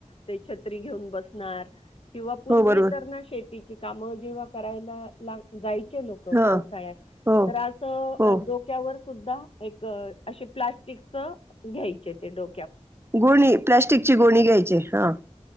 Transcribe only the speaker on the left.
ते छत्री घेऊन बसणार. किंवा पूर्वी
तर ना शेती- काम जेव्हा करायला ला जाय लोक
पावसाळ्यात
तर अस
डोक्यावर सुद्धा एक असे प्लास्टिक च घ्यायचे ते डो